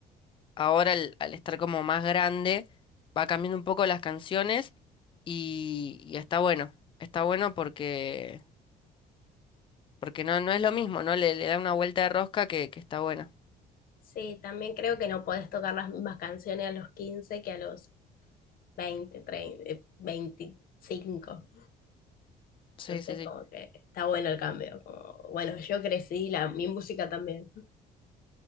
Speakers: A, on the left; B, on the left.
A: ahora al, al estar como más grande va cambiando un poco las canciones y, y está bueno, está bueno porque, porque no, no es lo mismo, ¿no? Le, le da una vuelta de rosca que, que está bueno.
B: Sí, también creo que no podés tocar las mismas canciones a los 15 que a los 20 30 eh, 25.
A: Sí,
B: Entonces,
A: sí, sí.
B: como que está bueno el cambio. como, bueno, yo crecí, la, mi música también.